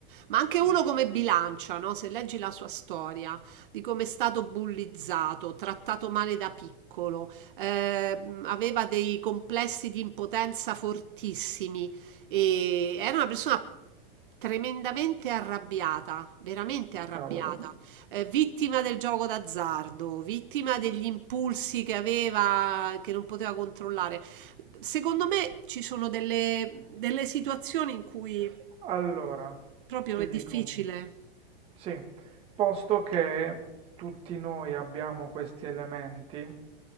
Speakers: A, on the right; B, on the right.
A: ma anche uno come Bilancia, no? Se leggi la sua storia di come è stato bullizzato, trattato male da piccolo, ehm, aveva dei complessi di impotenza fortissimi e era una persona tremendamente arrabbiata, veramente arrabbiata
B: Cavolo.
A: eh, vittima del gioco d'azzardo, vittima degli impulsi che aveva, che non poteva controllare. Secondo me ci sono delle, delle situazioni in cui
B: Allora,
A: proprio
B: ti
A: è difficile.
B: dico, sì, posto che tutti noi abbiamo questi elementi,